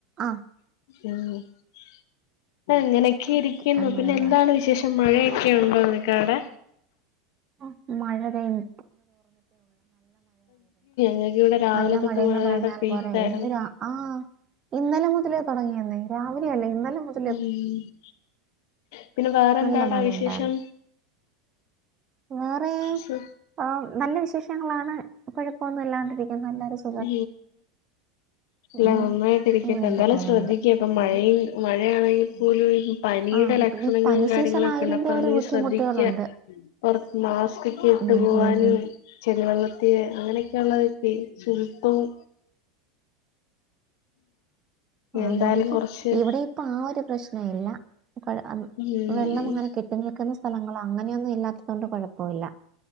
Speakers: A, on the right (about 35°); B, on the left (about 65°).
A: ആ
B: ഉ ആ പ്പങ്ങനൊക്കെ
A: ഓക്കെ
B: ഇരിക്കുന്നു.
A: അത്
B: പിന്നെന്താണ്
A: നല്ലതാണ്
B: വിശേഷം മഴ ക്കെയുണ്ടോ നിൻക്കവിടെ?
A: ആഹ് മഴതെയ്ന്
B: ഞക്ക് വ്ടെ രാവിലെ
A: നല്ല
B: തൊട്ട്
A: മഴയെന്ന്
B: മഴടെ
A: പറഞ്ഞാൽ
B: പെയ്താര്ന്നു
A: പോരെ ഇന്ന് രാ ആ ഇന്നലെ മുതലേ തുടങ്ങിയന്നേ രാവിലെയല്ല ഇന്നലെ മുത
B: ഉം പിന്നെ വേറെന്താടാ
A: നല്ല മഴയുണ്ടായിരുന്നു
B: വിശേഷം?
A: വേറെ
B: സു
A: ആ നല്ല വിശേഷങ്ങളാണ് കുഴപ്പോന്നുല്ലാണ്ടിരിക്കുന്നു എല്ലാരും സു
B: ഉം ല്ലമ്മന്നായിട്ടിരിക്ക
A: ഉം, അങ്ങനെയൊക്കെ
B: ന്തായാലും
A: പോകുന്നുണ്ട്
B: ശ്രദ്ധിക് ഇപ്പം മഴയും
A: ഉം,
B: മഴയാണെങ്കിൽ പോലും പനീടെ
A: ആഹ്
B: ലക്ഷണങ്ങളും
A: പിന്നെ ഈ പനി
B: കാര്യങ്ങളൊക്കെണ്ട്
A: സീസൺ ആയതിന്റെ
B: അപ്പത്‌നീ
A: ഒരു ബുദ്ധിമുട്ടുകളുണ്ട്.
B: ശ്രദ്ധിക്ക പൊറ- - മാസ്ക്കൊക്കെയിട്ട്
A: ഉം
B: പോവാനും.
A: ഉം ഉം
B: ചെളിവെള്ളത്തി അങ്ങനെയൊക്കെ ഉള്ളതൊ ശുചപ്പവും
A: ആ
B: എന്തായാലും
A: നമുക്ക്
B: കുറച്ച്
A: ഇവിടെ ഇപ്പൊ ആ ഒരു പ്രശ്നൊയില്ല. അം
B: ഉം
A: വെള്ളം അങ്ങനെ കെട്ടി നിൽക്കുന്ന സ്ഥലങ്ങള് അങ്ങനെയൊന്നും ഇല്ലാത്തതോണ്ട് കുഴപ്പൊവില്ല.